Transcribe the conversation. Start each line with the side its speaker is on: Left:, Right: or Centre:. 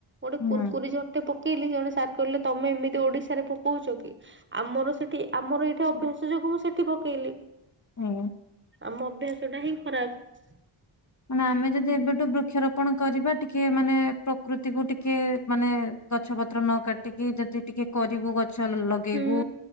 Right: ଗୋଟେ
Left: ହୁଁ।
Right: କୁରକୁରି ଜରିଟେ ପକେଇଲି ଜଣେ ସାର୍ କହିଲେ ତମେ ଏମିତି ଓଡିଶାରେ ପକଉଚ କି? ଆମର ସେଠି ଆମର ଏଇଠି ଅଭ୍ୟାସ ଯୋଗୁଁ ମୁଁ ସେଠି ପକେଇଲି।
Left: ହୁଁ।
Right: ଆମ ଅଭ୍ୟାସ ଟା ହିଁ ଖରାପ।
Left: ମାନେ ଆମେ ଯଦି ଏବେଠୁ ବୃକ୍ଷରୋପଣ କରିବା ଟିକେ ମାନେ ପ୍ରକୃ ତିକୁ ଟିକେ ମାନେ ଗଛ ପତ୍ର ନ କାଟିକି ଯଦି ଟିକେ କରିବୁ ଗଛ ଲ ଗେଇବୁ
Right: ହୁଁ